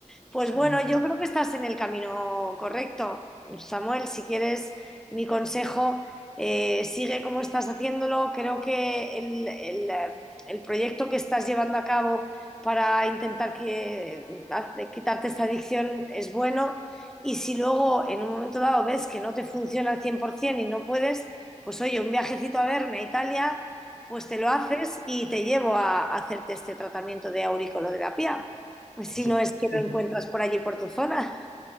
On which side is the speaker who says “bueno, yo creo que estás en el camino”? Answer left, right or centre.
Centre